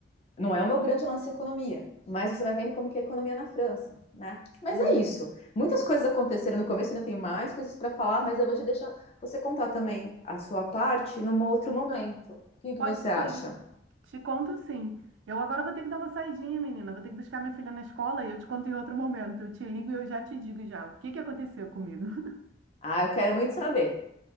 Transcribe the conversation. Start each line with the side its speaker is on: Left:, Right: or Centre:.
Left: Não é o meu grande lance economia, mas você vai vendo como que é a economia na França, né? Mas
Right: Uhum.
Left: é isso. Muitas coisas aconteceram no começo, ainda tem mais coisas para falar, mas eu vou te deixar você contar também a sua parte num outro momento. O que que
Right: Pode
Left: você acha?
Right: ser. Te conto sim. Eu agora vou ter que dar uma saidinha, menina. Vou ter que buscar minha filha na escola e eu te conto em outro momento. Eu te ligo e eu já te digo já o que que aconteceu comigo. <laughs>
Left: Ah, eu quero muito saber.